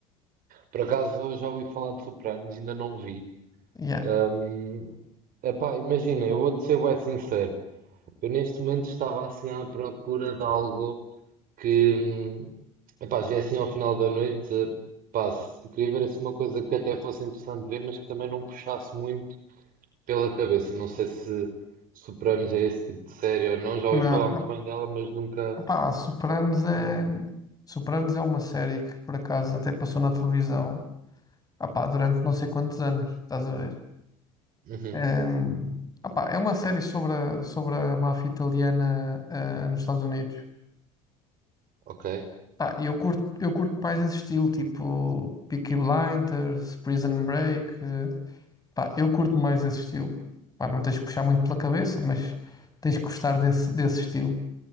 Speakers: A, on the right; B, on the left.
A: Por acaso eu já ouvi falar de Sopranos, ainda não vi.
B: Yeah.
A: Hum, epá, imagina, eu vou-te ser bem sincero. Eu neste momento estava assim à procura de algo que, hum, epá, já é assim ao final da noite, eh, pá, se- queria ver assim uma coisa que até fosse interessante ver, mas que também não puxasse muito pela cabeça. Não sei se superamos a esse tipo de série ou não, já
B: Não,
A: ouvi falar muito bem dela, mas nunca.
B: Pá, Sopranos é... Sopranos é uma série que por acaso até passou na televisão, ah pá, durante não sei quantos anos, estás a ver?
A: Uhum,
B: É, ah pá, é uma série sobre a, sobre a máfia italiana, ah, nos Estados Unidos.
A: ok.
B: Pá, e eu curto, eu curto mais esse estilo, tipo Peaky Blinders, Prison Break. eh, Pá, eu curto mais esse estilo. Pá, não tens que puxar muito pela cabeça, mas tens que gostar desse, desse estilo.